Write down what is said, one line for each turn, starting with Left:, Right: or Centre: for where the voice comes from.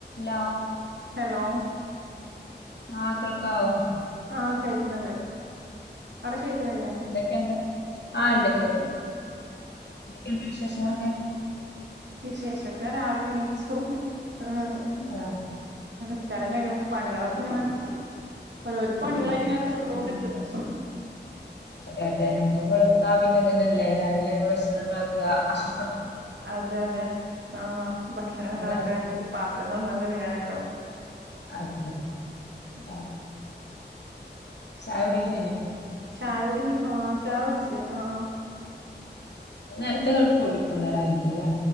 Left: Law
Right: hello
Left: ആഹ് കേൾക്കാവോ?
Right: ആഹ് കേൾക്കുന്നുണ്ട്. അവിടെ കേൾക്കുന്നില്ലേ
Left: എന്തൊക്കെയുണ്ട്? ആ ഇണ്ട് കേ <inaudible> വിശേഷങ്ങളൊക്കെ
Right: വിശേഷൊക്കെ രാവിലെ എണീച്ചു ഉം
Left: ആഹ്
Right: നിസ്കാരം കയ്ഞ്ഞു പണികളൊക്കെ ഇങ്ങനെ ഓരോര് പണികളായിട്ടിങ്ങനെ
Left: ആ
Right: തീർത്തുകൊണ്ട് നഷ്
Left: അതെ അതെ നേരം വെളുത്താ പിന്നെ അതന്നെല്ലേ രാവിലെ ഭക്ഷണം ണ്ടാക്കുക ഹാഹ്
Right: അതെ അതെ ആഭക്ഷണ അതെ അതെ അതെ ആ ഭക്ഷണണ്ടാക്ക അതെ അതെ ആഹ് ഭക്ഷണ
Left: എന്താ
Right: ണ്ടാക്കാൻ
Left: അവസ്ഥ?
Right: ഇൻക്ക് പാത്രങ്ങൾ കഴിയാനുണ്ടാവും
Left: അതെ ആഹ് ചായഉടി കയിഞ്ഞൊ?
Right: ചായുടി ആഹ ചായ ഉട്ച്ച് ആഹ
Left: നേരത്തെകൾ കൊടുക്കുന്നവരായിരിക്കും ല്ലേ?